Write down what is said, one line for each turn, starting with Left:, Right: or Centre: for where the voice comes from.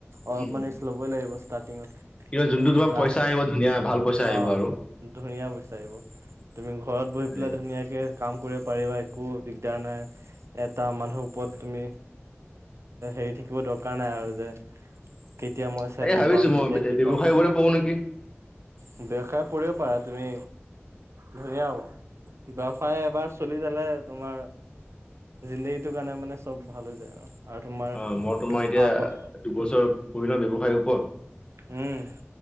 Right: অলপমান
Left: উম,
Right: ৰিক্স ল'বই লাগিব ষ্টাৰ্টিঙত।
Left: কিন্তু যোনটো তোমাৰ
Right: লাহ
Left: পইচা আহিব ধুনীয়া ভাল পইচা আহিব
Right: অ'
Left: আৰু।
Right: ধুনীয়া বিচাৰিব তুমি ঘৰত বহি পেলাই
Left: এ,
Right: ধুনীয়াকে কাম কৰিব পাৰিবা একো দিগদাৰ নাই, এটা মানুহৰ ওপৰত তুমি এ <unintelligible> দৰকাৰ নাই আৰু যে কেতিয়া মই চেলেৰি
Left: তাকে ভাবিছো
Right: পাম
Left: মই
Right: কেতিয়া কি
Left: ব্যৱসায়ৰ
Right: পাম।
Left: ওপৰতে পঢ়ো নেকি।
Right: <unintelligible> কৰিব পাৰা তুমি ধুনীয়া হব। <unintelligible> এবাৰ চলি যালে তোমাৰ জিন্দাগীটোৰ কাৰণে মানে চব ভাল হৈ যায় আৰু। তোমাৰ
Left: অ' মই তোমাৰ এতিয়া
Right: আগৰ
Left: দুবছৰ পঢ়ি লওঁ ব্যৱসায়ৰ ওপৰত।
Right: উম।